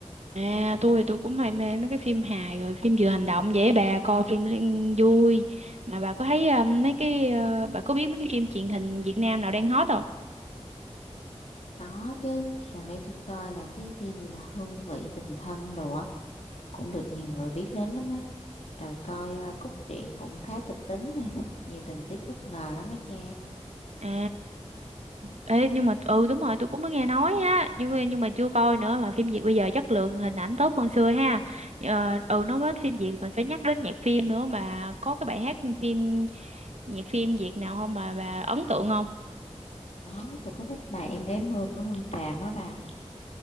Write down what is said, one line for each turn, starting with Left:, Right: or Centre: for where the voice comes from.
Right: À, tôi thì tôi cũng hay mê mấy cái phim hài rồi phim vừa hành động vậy á bà coi phim liên- vui. Mà bà có thấy ờ, mấy cái ờ, bà có biết mấy cái phim truyền hình Việt Nam nào đang hot không?
Left: Có chứ, gần đây tôi coi là cái phim gì mà Hương vị tình thân đồ á, cũng được nhiều người biết đến lắm á. Rồi coi ờ, cốt truyện cũng khá kịch tính nè, nhiều tình tiết bất ngờ lắm á cha.
Right: À, ê, nhưng mà ừ đúng rồi tôi cũng mới nghe nói á nhưng nhưng mà chưa coi nữa mà phim Việt bây giờ chất lượng hình ảnh tốt hơn xưa ha ờ, ừ nói đến phim Việt mình phải nhắc đến nhạc phim nữa mà có cái bài hát phim nhạc phim Việt nào không mà bà ấn tượng không
Left: Đó, tôi có thích bài Em gái mưa của Hương Tràm á bà.